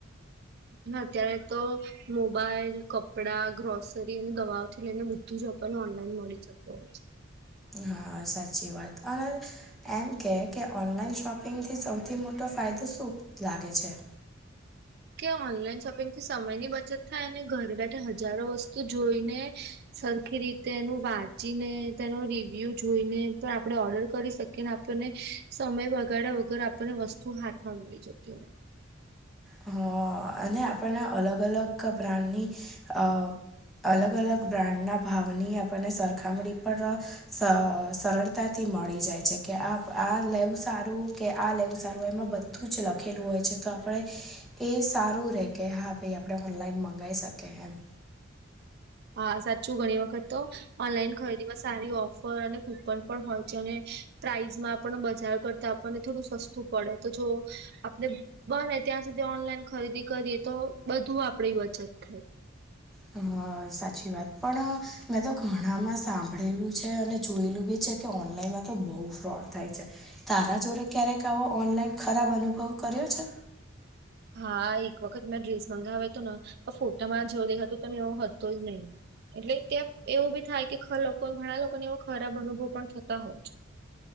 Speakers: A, on the right; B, in the centre.
A: હા ત્યારે તો મોબાઈલ, કપળા, ગ્રોસરી ને દવાઓ થી લઈને બધું ઝ આપણને ઓનલાઈન મળી છે. <inaudible>
B: હા, સાચી વાત <unintelligible> એમ કે કે ઓનલાઈન શોપિંગથી સૌથી મોટો ફાયદો શું લાગે છે?
A: કે ઓનલાઈન શોપિંગ થી સમયની બચત થાયને ઘરે બેઠે હજારો વસ્તુ જોઈને સરખી રીતે એનું વાંચીને તેનો રિવ્યુ જોઈને પ આપણે ઓર્ડર કરી શકીએ. કે આપને સમય વઘાયળા વગર આપને વસ્તુ હાથમાં મળી જતી હોય.
B: હઅ અને આપણને અલગ અલગ બ્રાન્ડની અ અલગ અલગ બ્રાન્ડના ભાવની આપણને સરખામરી પર સ સરળતા તી મળી જાય છે કે આ આ લેવું સારું કે આ લેવું સારું એમાં બધું જ લખ ખેલું હોય છે તો આપણે એ સારું રેકે હા ભાઈ આપણે ઓનલાઈન મંગાઈ શકે હેમ.
A: હાઆ સાચું ઘણી વખત તો ઓનલાઈન ખરીદી માં સારી ઓફર અને કૂપન પણ હોય છે અને પ્રાઈઝમાં પણ બજાર કરતા આપને થોડું સસ્તું પળે તો જો આપને બને ત્યાં સુધી ઓનલાઈન ખરીદી કરીએ તો બધું આપરી વચત થાય.
B: હં સાચી વાત પણ મેં તો ઘણામાં સાંભળ્યું છે અને જોયેલું બી ચે કે ઓનલાઈનમાં તો બઉ ફ્રોડ થાય છે. તારા જોરે ક્યારેક આવો ઓનલાઈન ખરાબ અનુભવ કર્યો છે?
A: હા એક વખત મેં ડ્રેસ મંગાવ્યો તોન ફોટામાં જેવો દેખાતોતો ને એવો હતો જ નઇ. એટલે ત્યાં એવું બી થાય કે ખ લોકો ઘણા લોકોને એ ખરાબ અનુભવ પણ થતા હોય.